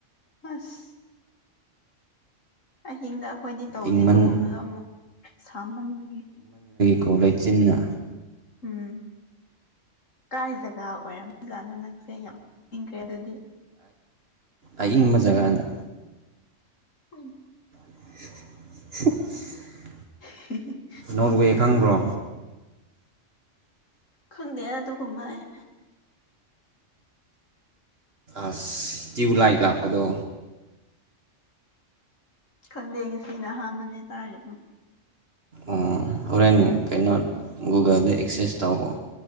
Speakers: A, on the left; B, on the right.
A: ꯑꯁ ꯑꯍꯤꯡꯗ ꯑꯩꯈꯣꯏꯗꯤ ꯇꯧꯗꯦ
B: ꯏꯪꯃꯟ
A: ꯑꯗꯨꯒꯨꯝꯕꯗꯣ ꯑꯃꯨꯛ ꯁꯥꯃꯟꯕꯒꯤ
B: ꯀꯣ ꯂꯩꯆꯤꯟꯅ
A: ꯎꯝ ꯀꯥꯏ ꯖꯒꯥ ꯑꯣꯏꯔꯝꯖꯥꯠꯅꯣ ꯅꯪꯁꯦ ꯌꯥꯝ ꯏꯪꯈ꯭ꯔꯦ ꯑꯗꯨꯗꯤ
B: ꯑꯏꯪꯕ ꯖꯒꯥꯗ
A: ꯎꯝ
B: <unintelligible>
A: <unintelligible>
B: ꯅꯣꯔꯋꯦ ꯈꯪꯕ꯭ꯔꯣ
A: ꯈꯪꯗꯦꯗ ꯑꯗꯨꯒꯨꯝꯕ ꯑꯩ
B: ꯥꯑꯁ ꯇ꯭ꯌꯨꯚꯂꯥꯏꯠ ꯂꯥꯛꯄꯗꯣ
A: ꯈꯪꯗꯦ ꯉꯁꯤꯅ ꯑꯍꯥꯥꯟꯕꯅꯦ ꯇꯥꯔꯤꯕ
B: ꯑꯣ ꯍꯣꯔꯦꯟ ꯀꯩꯅꯣ ꯒꯨꯒꯜꯗ ꯑꯦꯛꯁꯦꯁ ꯇꯧꯑꯣ